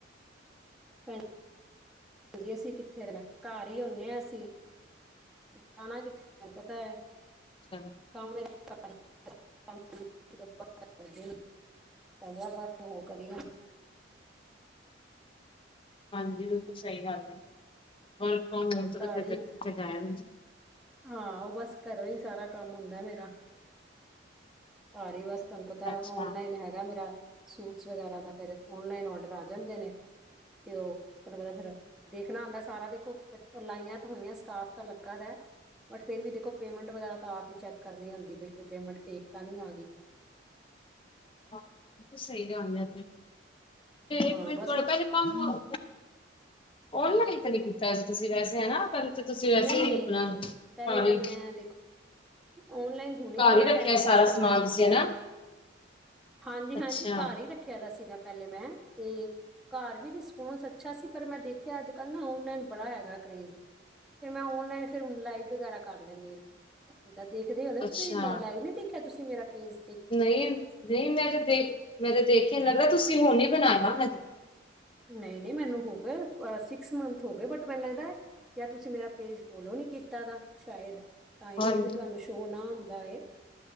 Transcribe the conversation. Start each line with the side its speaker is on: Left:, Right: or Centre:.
Centre: ਹਾਂ ਜੀ, ਅਸੀਂ ਕਿੱਥੇ ਰਹਿਣ ਘਰ ਹੀ ਹੋਨੇ ਆ ਅਸੀ ਜਾਣਾ ਕਿੱਥੇ ਹੈ, ਪਟਾ ਹੈ
Left: ਅੱਛਾ
Centre: <unintelligible> <unintelligible>
Left: ਹਾਂਜੀ, ਬਿਲਕੁਲ ਸਹੀ ਗੱਲ ਹੈ, ਹੂਨ ਤਾਂ ਉਥੇ ਤੇ
Centre: ਘਰ
Left: ਫਿਰ
Centre: ਹੀ
Left: ਤੇ ਕਿੱਥੇ ਜਾਇਆ ਨਈ ਜਾਂਦਾ
Centre: ਹਾਂ ਓਹ ਬਸ ਘਰੇ ਹੀ ਸਾਰਾ ਕੰਮ ਹੁੰਦਾ ਹੈ ਮੇਰਾ। ਘਰ ਹਿ ਬਸ ਤੁਹਾਨੂੰ ਪਤਾ
Left: ਜਾਂਦਾ ਅੱਛਾ
Centre: ਆਨਲਾਈਨ ਹੈਗਾ ਮੇਰਾ ਸੂਟਸ ਵਗੈਰਾ ਦੇ ਫਿਰ ਆਨਲਾਈਨ ਆਰਡਰ ਆ ਜਾਂਦੇ ਨੇ ਤੇ ਉਹ ਤੁਹਾਨੂੰ ਪਤਾ ਹੈ ਫਿਰ ਦੇਖਣਾ ਹੁੰਦਾ ਸਾਰਾ ਦੇਖੋ। ਲਾਈਨਾਂ ਲੱਗੀਆਂ ਹੁੰਦੀਆਂ ਨੇ, ਸਟਾਫ ਵੀ ਲੱਗਾ ਹੁੰਦਾ ਹੈ। ਪਰ ਫਿਰ ਵੀ ਦੇਖੋ, ਪੇਮੈਂਟ ਵਗੈਰਾ ਤਾਂ ਆਪ ਹੀ ਚੈੱਕ ਕਰਨੀ ਹੁਦੀ ਹੈ ਕਿ ਕੋਈ ਪੇਮੈਂਟ ਫੇਕ ਤਾਂ ਨਹੀਂ ਆ ਗਈ।
Left: ਹਾਂ ਜੀ, ਸਹੀ ਗੱਲ ਹੈ।
Centre: ਹਾਂ
Left: ਇੱਕ ਮਿੰਟ
Centre: ਬਸ
Left: ਪਹਿਲਾਂ
Centre: ਉਹ
Left: ਆਨਲਾਈਨ ਤਾਂ ਨਹੀਂ ਕੀਤਾ ਸੀ ਤੁਸੀਂ, ਵੈਸੇ ਹੈ ਨਾ? ਤੁਸੀਂ? ਵੈਸੇ
Centre: ਨਹੀਂ,
Left: ਹੀ
Centre: ਨਹੀਂ।
Left: ਆਪਣਾ
Centre: ਪਹਿਲਾਂ
Left: ਘਰ
Centre: ਤਾਂ
Left: ਹੀ
Centre: ਮੈਂ ਆਨਲਾਈਨ ਹੀ ਹੁਣੇ
Left: ਘਰ
Centre: ਥੋੜ੍ਹਾ
Left: ਰੱਖਿਆ
Centre: ਟਾਈਮ ਹੋਇਆ
Left: ਸਾਰਾ
Centre: ਹੈ, ਸਟਾਰਟ
Left: ਸਮਾਨ
Centre: ਕੀਤਾ
Left: ਤੁਸੀਂ ਹਨਾ
Centre: ਹੈ। ਹਾਂ ਜੀ,
Left: ਅੱਛਾ
Centre: ਹਾਂ ਜੀ, ਘਰ ਹੀ ਰੱਖਿਆ। ਰੱਖਿਆ ਤਾਂ ਪਹਿਲਾਂ ਵੀ ਸੀਗਾ ਮੈਂ। ਘਰੋਂ ਵੀ ਰਿਸਪਾਂਸ ਅੱਛਾ ਸੀ, ਪਰ ਮੈਂ ਦੇਖਿਆ ਕਿ ਅੱਜਕੱਲ੍ਹ ਨਾ, ਆਨਲਾਈਨ ਦਾ ਬੜਾ ਹੈਗਾ ਕ੍ਰੇਜ਼। ਫਿਰ ਮੈਂ ਆਨਲਾਈਨ ਲਾਈਵ ਵਗੈਰਾ ਕਰ ਲੈਂਦੀ ਹਾਂ, ਦੇਖਦੇ ਹੋ ਨਾ
Left: ਅੱਛਾ
Centre: ਤੁਸੀਂ ਲਾਈਵ ਨ ਦੇਖ। ਖਿਆ ਹੈ ਮੇਰਾ ਪੀਸ
Left: ਨਹੀਂ ਨਹੀਂ, ਮੈਂ ਤਾਂ ਦੇਖਿਆ ਨਹੀਂ। ਲੱਗਦਾ ਹੈ ਤੁਸੀਂ ਹੁਣੇ ਹੀ ਬਣਾਇਆ ਹੋਣਾ।
Centre: ਨਹੀਂ ਨਹੀਂ, ਮੈਨੂੰ ਤਾਂ ਛੇ ਮਹੀਨੇ ਹੋ ਗਏ, ਬਟ ਮੈਨ ਲਗਦਾ ਹੈ ਜਾਂ ਤੁਸੀਂ ਮੇਰਾ ਪੇਜ ਫਾਲੋ ਨਹੀਂ ਕੀਤਾ ਦਾ, ਸ਼ਾਇਦ। ਤਾਂ ਹੀ
Left: ਹਾਂਜੀ
Centre: ਮੇਰੇ ਵੀ ਤੁਹਾਨੂੰ ਸ਼ਾਇਦ ਦਿਖਾਈ ਨਹੀਂ ਦਿੰਦਾ ਹੈ।